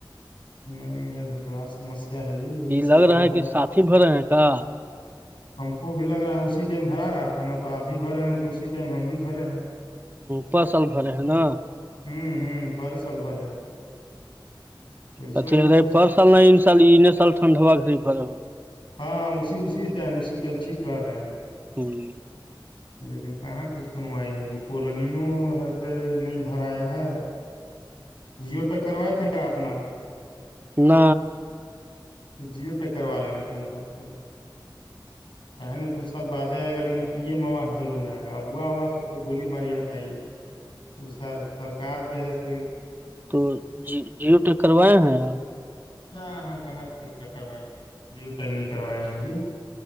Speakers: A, on the left; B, on the right.
A: نہیں میرےھر بڑا سمسیا ہے جی یہ سب
B: لگ
A: تو
B: رہا
A: ہے
B: کہ ساتھی بھرے ہیں کا
A: ہم کو بھی لگ رہا ہے اسی ٹائم بھرا رہا تھا نا تو آپ بھی بھرے ہیں تو اسی ٹائم ہم بھی بھرے ہیں
B: پر سال بھرے ہیں نا
A: ہوں ہوں پر سال بھرے ہیں پیسو
B: ہ
A: ویسو
B: اھی رہ
A: کچھ
B: فر سال نہ سال ان سال ٹنڈ ہوا رہھر
A: ہاں اسی اسی ٹائم اسی ٹائم ٹھیک کر رہے ہیں
B: ہوں
A: لیکن کہاں ک سنوائی ہے جو کالونیوں ہے سے نہیں بھرایا ہے جیو ٹیک کروائے تھے کا آ اپنا
B: نہ
A: جیو ٹیک کروا لینا چاہیے تھا آپ کو نا دو سال بعد ہی آئے گایکن پی ایم آواز ضرور آئے گا اب وہا آواز تو گولی ماری ہٹائیے ا سر سرکار جو ہے س
B: تو جی جیو پل کروائے ہیں آپ
A: ہاں ہم کہاں جیو یک کروائے ہیں جیو یک نہیں کروائے ہیں جی